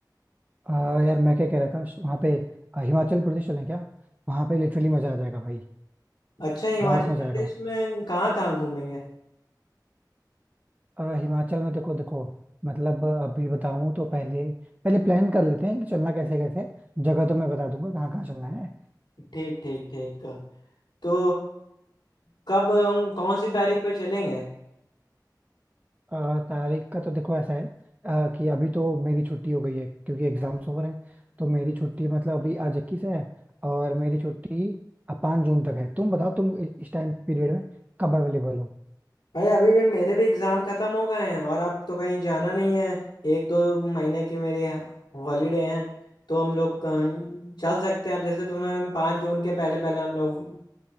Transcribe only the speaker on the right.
आ, यार मैं क्या कह रहा था वहाँ पे आ, हिमाचल प्रदेश चलें क्या वहाँ पे लिटरली मजा आ जाएगा भाई
बहुत मजा
आएगा
अ, हिमाचल में देखो देखो मतलब अभी बताऊं तो पहले पहले प्लान कर लेते हैं कि चलना कैसे कैसे जगह तो मैं बता दूंगा कहाँ कहाँ चलना है
अ, तारीख का तो देखो ऐसा है अ, कि अभी तो मेरी छुट्टी हो गई है क्योंकि एग्जाम्स ओवर हैं तो मेरी छुट्टी मतलब अभी आज इक्कीस है और मेरी छुट्टी पाँच जून तक है तुम बताओ तुम इ- इस टाइम पीरियड में कब अवेलेबल हो